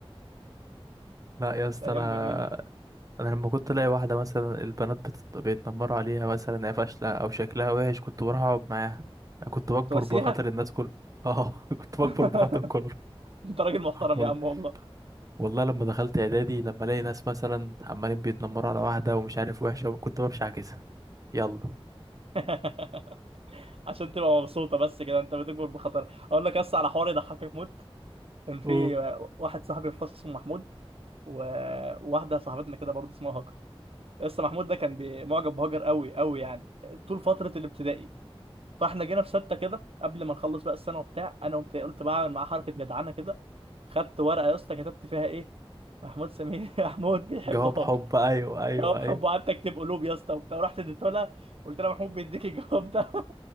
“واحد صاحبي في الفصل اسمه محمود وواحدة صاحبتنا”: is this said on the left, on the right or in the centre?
Right